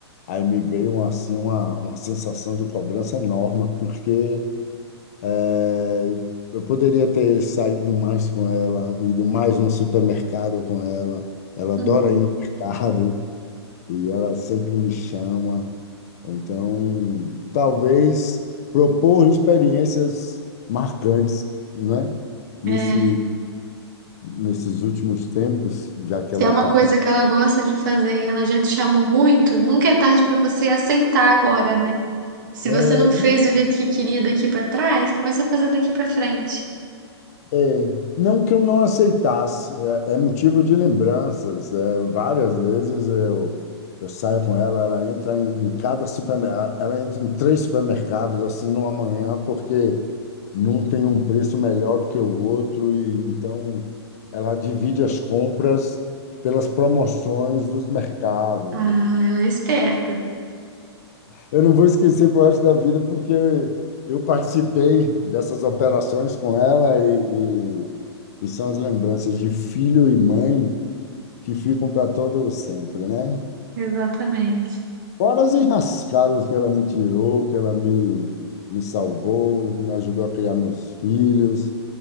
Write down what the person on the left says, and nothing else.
aí me veio assim uma, uma sensação de cobrança enorme, porque é, eu poderia ter saído mais com ela, ido mais no supermercado com ela. Ela
adora ir no <laughs> mercado e ela sempre me chama. Então, talvez propor experiências marcantes, né? Nesse,
nesses últimos tempos, já que
ela
está
com.
É,
É, não que eu não aceitasse, é, é motivo de lembranças. É, várias vezes eu, eu saio com ela, ela entra em, em cada supermercado, ela entra em três supermercados assim numa manhã, porque não tem um preço melhor do que o outro, e então ela divide as compras pelas promoções dos mercados.
Eu não vou esquecer pro resto da vida, porque eu participei dessas operações com ela e, e- e são as lembranças de filho e mãe que ficam para todo sempre, né?
Fora as enrascadas que ela me tirou, que ela me, me salvou, me ajudou a criar meus filhos,